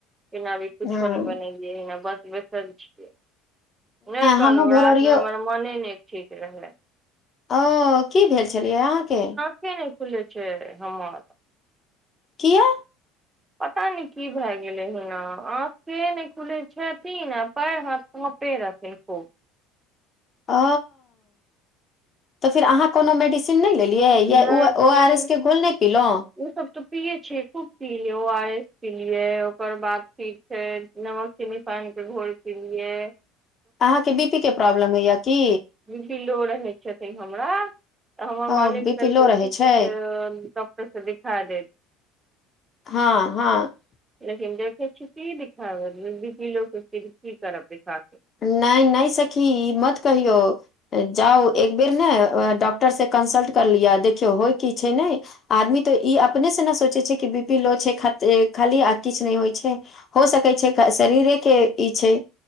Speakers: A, on the right (about 20°); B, on the left (about 35°).
A: खाना अभी किछो
B: हँ
A: नहि बनेलियै हना बस बैसल छियै नहि कहलहुँ
B: हमहूँ भोररिये
A: राति मे हमर मोने नहि ठीक रहै
B: ओ की भेल छलियै अहाँ के
A: निन्द नइ खुल छै हमर
B: किया
A: पता नहि की भए गेलै हना आँख से नहि खुलै छथिन आ पेर हाथ रहथिन खूब
B: ओ तऽ फिर अहाँ कोनो मेडिसिनन नहि लेलियै या
A: नहि
B: ओ
A: कोनो
B: आर एस के घोल नहि पीलहु
A: ओ सब तऽ पिये छिय खूब पिय ओ आर एस प लियै ओकर बाद फिर फेर नमक चिनी पान के घोर किनलिये
B: अहाँ के बी पी के प्रॉब्लम होइए की
A: बि पी लो रहैत छथिन हमरा तऽ हमर
B: ओ
A: मालिक
B: बी
A: कहलकै
B: पी लो रहै
A: कि
B: छै
A: से दोक्टर से दिखा देत
B: हँ हँ
A: लखिम देव छुटी दिा लोकीज की करब दा के
B: नहि नहि सखी ई मत कहियौ जाउ एक बेर ने डॉक्टर से कंसल्ट करलियै देखियौ होय की छै नहि आदमी तऽ ई अपने से ने सोचै छै कि बी पी लो छै ख खाली आ किछु नहि होइ छै हो सकै छै शरीरे के ई छै